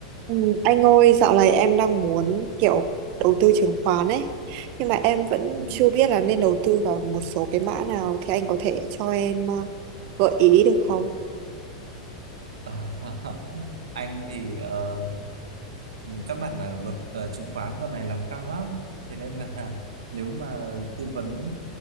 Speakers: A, on the right (about 50°); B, on the right (about 80°).
A: Ừ, Anh ơi, dạo này em đang muốn kiểu đầu tư chứng khoán ấy, nhưng mà em vẫn
B: Ừ.
A: chưa biết là nên đầu tư vào một số cái mã nào thì anh có thể cho em ờ, gợi ý được không?
B: Ờ, <laughs> anh thì ờ, các bạn là luật ờ, chứng khoán giờ này làm căng lắm thế nên là nếu mà tư vấn